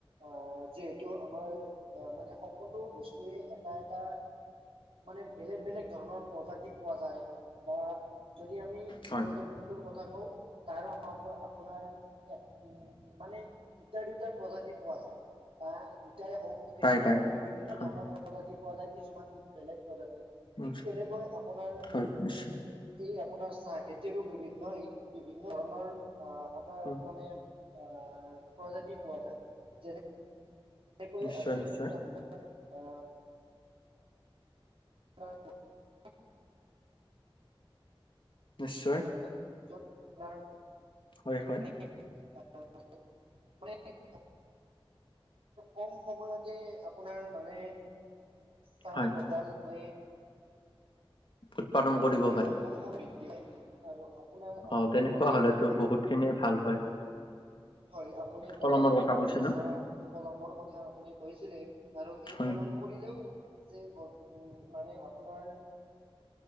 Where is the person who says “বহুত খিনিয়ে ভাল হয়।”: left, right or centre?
Left